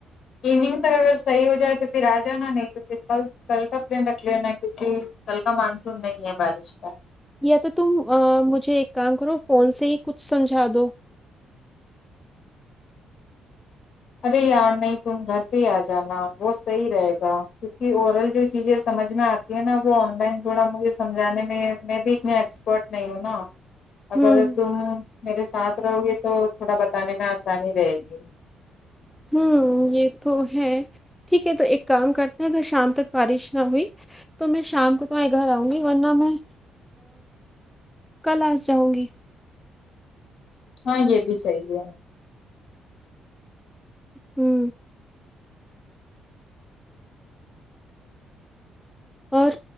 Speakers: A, on the left (about 55°); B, in the centre.
A: ایوننگ تک اگر صحیح ہو جائے تو پھر آ جانا نہیں تو پھر کل کل کا پلین رکھ لینا کیونکہ کل کا مانسون نہیں ہے بارش کا
B: یا تو تم مجھے ایک کام کرو فون سے ہی کچھ سمجھا دو
A: ارے یار نہیں تم گھر پہ ہی آ جانا وہ صحیح رہے گا کیونکہ اورل جو چیزیں سمجھ میں آتی نا وہ آن لائن تھوڑا مجھے سمجھانے میں میں بھی اتنے ایکسپرٹ نہیں ہوں نا اگر
B: ہوں
A: تم میرے ساتھ رہو گی تو تھوڑا بتانے میں آسانی رہے گی
B: ہوں یہ تو ہے ٹھیک ہے تو ایک کام کرتے ہیں اگر شام تک بارش نہ ہوئی تو میں شام کو تمہارے گھر آؤں گی ورنہ میں کل آ جاؤں گی
A: ہاں یہ بھی صحیح ہے
B: ہوں اور